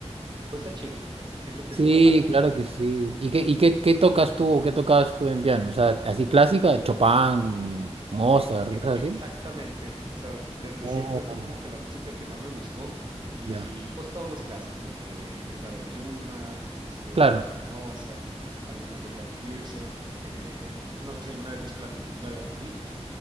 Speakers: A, on the right; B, on the right.
A: pues está chido. O sea, sí siento que
B: Sí,
A: sí está padre, Oliver.
B: claro que sí. ¿Y qué, y qué, qué tocas tú, qué tocabas tú en piano? O sea, así clásica, Chopin, Mozart,
A: E- e-
B: cosas
A: Exactamente,
B: así.
A: o sea, desde
B: Oh,
A: siempre fue como que la música que más me gustó y
B: ya.
A: pues todos los clásicos de, de Claro de Luna, este, de
B: Claro,
A: las sonatas de Mozart, algunas de Jan Tiersen, eh, no sé si alguna vez viste la película de Amélie,